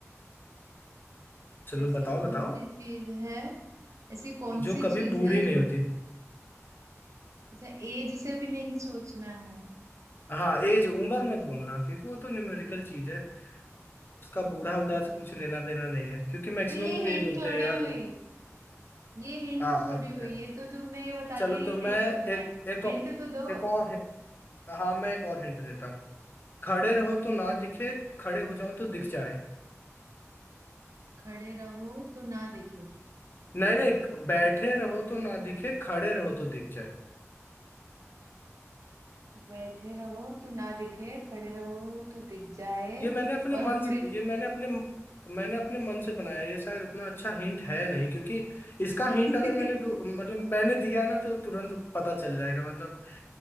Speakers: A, on the left; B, on the right.
A: चलो
B: ऐसी
A: बताओ
B: कौन
A: बताओ
B: सी चीज है ऐसी कौन
A: जो
B: सी
A: कभी
B: चीज
A: बूढ़ी
B: है
A: नहीं
B: जो
A: होती
B: अच्छा एज से भी नहीं सोचना है
A: हाँ एज उम्र मत बोलना क्योंकि वो तो न्यूमेरिकल चीज है उसका
B: हम्म।
A: बूढ़ा उड़ा से कुछ लेना देना नहीं है क्योंकि मैक्सिमम
B: तो ये
A: लोग यही
B: हिंट
A: बोलते
B: थोड़ी
A: हैं यार
B: हुई ये हिंट
A: आ,
B: थोड़ी
A: आ,
B: हुई ये तो तुमने ये बता
A: चलो
B: दिया
A: तो
B: ये
A: मैं
B: नहीं बोलना है
A: एक एक
B: हिंट
A: और-
B: तो दो
A: एक और हि- हाँ मैं एक और हिंट देता हूँ खड़े
B: हम्म
A: रहो तो ना दिखे खड़े हो जाओ तो दिख जाए
B: खड़े रहो तो ना दिखे
A: नहीं नहीं
B: खड़े
A: बैठे रहो तो ना दिखे खड़े रहो तो दिख जाए
B: बैठे रहो तो ना दिखे खड़े रहो तो दिख जाए
A: ये मैंने अपने
B: और
A: मन
B: बूढ़े
A: से ये मैंने अपने मैंने अपने मन से बनाया ये शायद उतना अच्छा हिंट है नहीं क्योंकि इसका
B: <laughs>
A: हिंट अगर मैंने दो- मतलब मैंने दिया ना तो तुरंत पता चल जाएगा मतलब